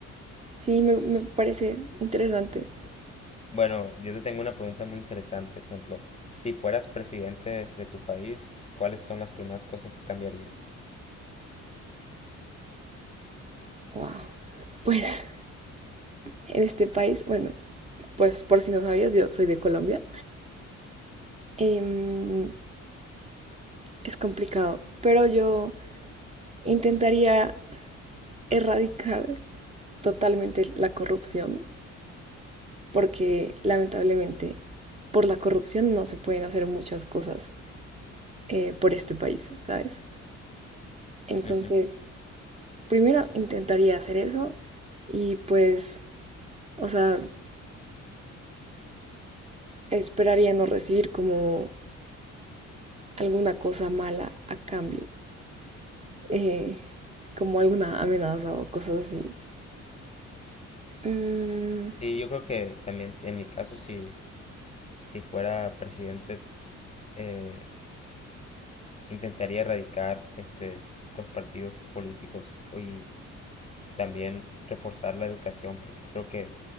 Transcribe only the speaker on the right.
sí, me, me parece interesante.
Wow. Pues en este país, bueno, pues por si no sabías, yo soy de Colombia. Em, es complicado, pero yo intentaría erradicar totalmente la corrupción, porque lamentablemente por la corrupción no se pueden hacer muchas cosas eh, por este país, ¿sabes? Entonces,
primero intentaría hacer eso y pues, o sea, esperaría no recibir como alguna cosa mala a cambio. eh, como alguna amenaza o cosas así. Mm,